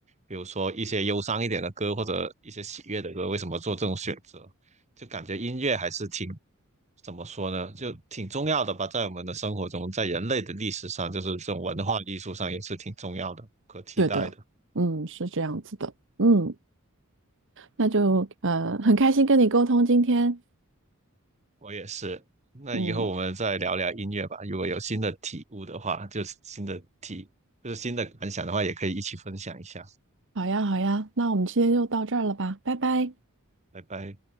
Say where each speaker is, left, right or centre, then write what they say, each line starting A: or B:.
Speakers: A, on the right; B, on the right.
A: 比如说一些忧伤一点的歌或者一些喜悦的歌，为什么做这种选择？就感觉音乐还是挺怎么说呢，就挺重要的吧，在我们的生活中，在人类的历史上，就是这种文化艺术上也是挺重要的，不可替代的。
B: 对的，嗯，是这样子的。嗯，那就呃，很开心跟你沟通今天。
A: 我也是。那以后我们再聊聊音乐吧，
B: 嗯，
A: 如果有新的体悟的话，就是新的体，就是新的感想的话，也可以一起分享一下。
B: 好呀，好呀，那我们今天就到这儿了吧，拜拜。
A: 拜拜。